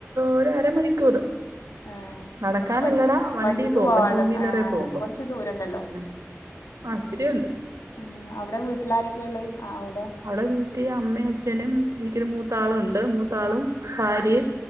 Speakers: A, on the right; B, on the left.
A: ഒരു അരമണിക്കൂർ
B: ഏഹ്
A: നടക്കാനുള്ളടാ
B: വൺ
A: വണ്ടി
B: വണ്ടിക്ക്
A: പോകുമ്പം
B: പോവാള്ള
A: ടൂവീലറെ
B: ഏഹ്
A: പോകുമ്പം
B: അപ്പ കൊറച്ച് ദൂരണ്ടല്ലോ
A: ഉം ആ ഇച്ചിരിയുണ്ട്
B: ഉ അവിടെ വീട്ടിൽ ആരൊക്കെ ഉള്ളത് അവിടെ
A: അവിടെ വീട്ടിൽ അമ്മയും അച്ഛനും എനിക്കൊരു മൂത്താളും ഉണ്ട് മൂത്താളും ഭാര്യയും